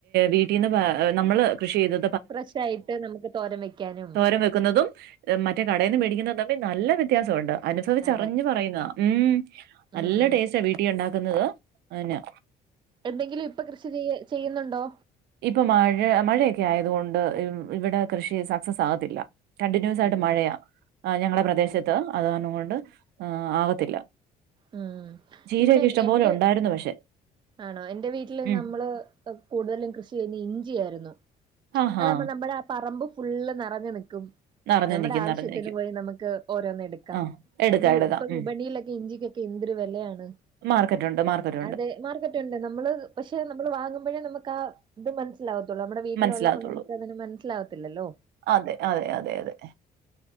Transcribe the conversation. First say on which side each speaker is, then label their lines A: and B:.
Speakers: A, on the right; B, on the right.
A: വീട്ടിന്ന് പ നമ്മള് കൃഷി ചെയ്ത
B: ഫ്രഷ് ആയിട്ട് നമുക്ക് തോരം വെക്കാനും.
A: തോരൻ വെക്കുന്നതും മറ്റെ കടെന്ന് മേടിക്കുന്നും തമ്മി നല്ല വ്യത്യാസൊണ്ട്. അനുഭവിച്ചറിഞ്ഞ്
B: അതെ
A: പറയുന്ന. ഉം
B: ഉം
A: നല്ല ടേസ്റ്റ വീട്ടിഒണ്ടാക്കുന്നത്. അന
B: എന്തെങ്കിലും ഇപ്പ കൃഷി ചെയ ചെയ്യുന്നുണ്ടോ?
A: ഇപ്പൊ മഴ മഴയൊക്കെ ആയതുകൊണ്ട് ഇവിടെ കൃഷി സക്സസ് ആകത്തില്ല. കണ്ടിന്യൂസ് ആയിട്ട്
B: ഇല്ല
A: മഴയ ഞങ്ങടെ
B: ആഹ്
A: പ്രദേശത്ത്. അതൊന്നും കൊണ്ട് ആ ആകത്തില്ല.
B: ഉം
A: ചീരയൊക്കെ
B: ഇവിടെ എൻ
A: ഇഷ്ടംപോലെ
B: എന്റെ
A: ഒണ്ടായിരുന്നു. പക്ഷെ.
B: ആണോ എന്റെ വീട്ടില്
A: ഉം
B: നമ്മള് കൂടുതലും കൃഷി ചെയ്ന്ന ഇഞ്ചിയായിരുന്നു.
A: ആഹാ
B: അതപ്പ നമ്മട പറമ്പ് ഫുള്ള് നെറഞ്ഞ് നിക്കും.
A: നെറഞ്ഞു
B: നമ്മുടെ
A: നിക്കും
B: ആവശ്യത്തിന്
A: നെറഞ്ഞു നിക്കും.
B: പോയി നമുക്ക് ഓരോന്ന് എടുക്കാം.
A: ആഹ് എടുക്കാം
B: കാരണം
A: എടുക്കാം.
B: ഇപ്പൊ വിപണിയിലൊക്കെ
A: ഉം
B: ഇഞ്ചിക്ക് എന്തൊരു വെലയാണ്.
A: മാർക്കറ്റ് ഒണ്ട് മാർക്കറ്റ്
B: അതെ മാർക്കറ്റ് ഉണ്ട്. നമ്മള് പക്ഷെ നമ്മള് വാങ്ങുമ്പോഴേ നമുക്ക് ആ ഇത് മനസ്സിലാവത്തുള്ളൂ. നമ്മുടെ വീട്ടിലുള്ളപ്പോ
A: മനസ്സിലാകത്തുള്ളൂ.
B: നമുക്ക് അതിന് മനസ്സിലാകത്തില്ലല്ലോ.
A: അതെ, അതെ, അതെ, അതെ,